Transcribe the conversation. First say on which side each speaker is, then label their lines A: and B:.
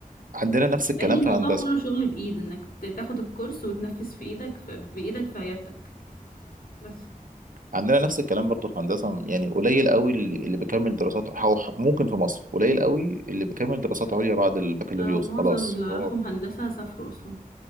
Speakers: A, on the right; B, on the left.
A: عندنا نفس الكلام
B: لأن الموضوع
A: في هندسة
B: كله شغل بإيد انك ت- تاخد الكورس وتنفذ في ايدك في بإيدك في عيادتك بس
A: عندنا نفس الكلام برضه في هندسة يعني قليل قوي اللي اللي بيكمل دراسات أو ح- ممكن في مصر قليل قوي اللي بيكمل دراسات عليا بعد البكالوريوس
B: اه معظم
A: خلاص
B: اللي اعرفهم
A: هو
B: هندسة سافروا اصلا